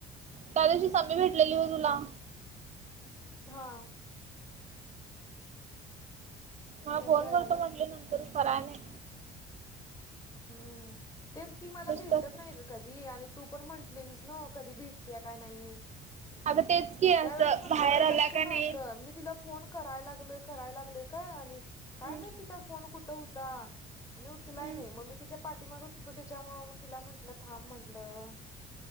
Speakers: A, on the right; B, on the left.
A: त्यादिवशी संमी भेटलेली
B: हम्म.
A: बघ तुला?
B: हा,
A: हा
B: त्याच
A: फोन
B: काय
A: करतो
B: झालं
A: म्हणले, नंतर कराय नाही.
B: हम्म. तेच ती मला
A: नुसतंच
B: भेटत नाही गं कधी. आणि तू पण म्हटलेलीस ना कधी भेटतेय काय नाही?
A: आगं तेच की असं,
B: त्यावेळेस पण
A: बाहेर
B: तिचं
A: आलां
B: लक्ष नव्हतं
A: का नाही?
B: मी तिला फोन कराय लागलोय, करायला लागलोय काय, आणि काय
A: हम्म
B: माहित तिचा फोन कुठं होता? आणि उचलाय
A: हम्म
B: नाही. मग मी तिच्या पाठीमागच होतो, त्याच्यामुळं मग तिला म्हंटलं थांब म्हटलं.